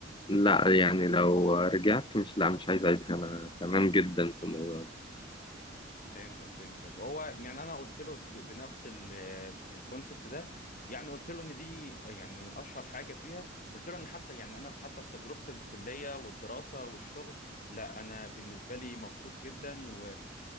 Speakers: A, on the left; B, on the left.
A: لا يعني لو رجعت مش لا مش عايز أعيدها أنا تمام جدا في الموضوع
B: فهمتك فهمتك هو يعني انا قلت له ب- بنفس الكونسبت ده يعني قلت له ان دي يعني اشهر حاجه فيها قلت له ان حتى يعني انا في- حتى في تجربه الكليه والدراسه والشغل لا انا بالنسبه لي مبسوط جدا و